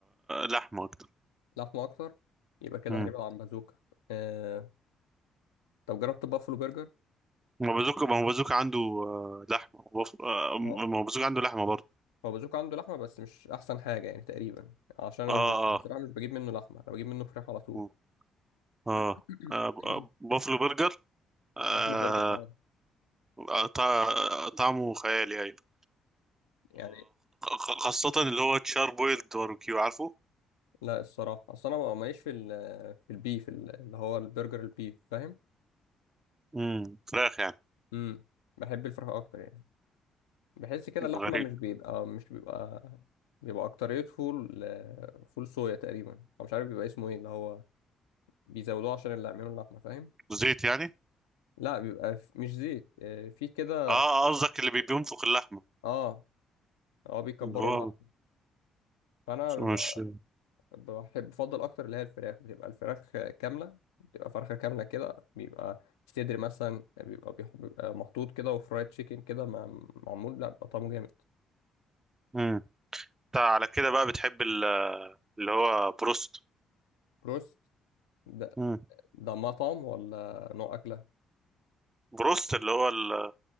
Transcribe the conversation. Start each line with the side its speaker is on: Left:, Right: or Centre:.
Right: لحمة أكتر
Left: لحمه اكتر يبقى كده
Right: مم.
Left: هنبعد عن بازوكا آه. طب جربت بافلو برجر
Right: ما بازوكا ما هو بازوكا عنده آه، لحمة وبف... آه،
Left: اه
Right: ما هو بازوكا عنده لحمة برضه
Left: هو بازوكا عنده لحمه بس مش احسن حاجه يعني تقريبا عشان انا
Right: اه
Left: مش بجيب.
Right: اه
Left: بصراحه مش بجيب منه لحمه انا بجيب منه فراخ على طول
Right: مم. اه
Left: <coughs>
Right: آه، ب- آه، بافلو برجر آه
Left: باكله برجر اه
Right: آه، طع- طعمه خيالي أيوة
Left: يعني
Right: وخاصة اللي هو تشار بويلد باربيكيو عارفه؟
Left: لا الصراحه اصل انا ماليش في ال في البيف اللي هو البرجر البيف فاهم
Right: مم. فراخ يعني
Left: امم بحب الفراخ اكتر يعني بحس كده اللحمه
Right: غريب
Left: مش بيبقى مش بيبقى بيبقى اكتريته فول فول صويا تقريبا او مش عارف بيبقى اسمه ايه اللي هو بيزودوه عشان اللي يعملوا اللحمه فاهم
Right: زيت يعني
Left: لا بيبقى ف- مش زيت آه، في كده
Right: اه آه، قصدك اللي بي- بينفخ اللحمه
Left: اه اه بيكبروا
Right: اللي هو
Left: اللحمه فانا
Right: مش
Left: بيبقى
Right: مش
Left: بحب بفضل اكتر اللي هي الفراخ بتبقى الفراخ كامله بتبقى فرخه كامله كده بيبقى صدر مثلا بيبقى بيح- بيبقى محطوط كده وفرايد تشيكن كده مع- معمول لا بيبقى طعمه جامد
Right: مم. انت على كده بقى بتحب ال- اللي هو بروست
Left: بروست ده
Right: مم.
Left: ده مطعم ولا نوع أكلة؟
Right: بروست اللي هو ال-